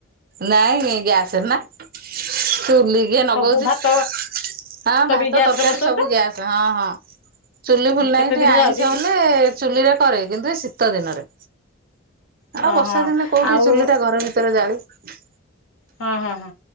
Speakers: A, on the right; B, on the left.
A: ନାଇଁ ଗ୍ୟାସ ରେ ନା ଚୁଲିି କିଏ ନଗଉଚି।
B: ସବୁ ଭାତ
A: ହଁ ଭାତ
B: ବି ଗ୍ୟାସ
A: ତରକାରୀ
B: ରେ ବସଉଛ
A: ସବୁ ଗ୍ୟାସ ହଁ ହଁ। ଚୁଲି ଫୁଲି ନାହିଁ
B: କେତେ
A: ଟିକେ
B: ଦିନ
A: ଆଇଁଷ
B: ଯାଉଛି?
A: ହେଲେ ଚୁଲିରେ କରେ କିନ୍ତୁ ଏ ଶୀତ ଦିନରେ।
B: ଓହୋ
A: ଆଉ ବର୍ଷା ଦିନେ କୋଉଠି
B: ଆଉ
A: ଚୁଲି ଟା ଘର ଭିତରେ ଜାଳିବୁ।
B: ହଁ ହଁ ହଁ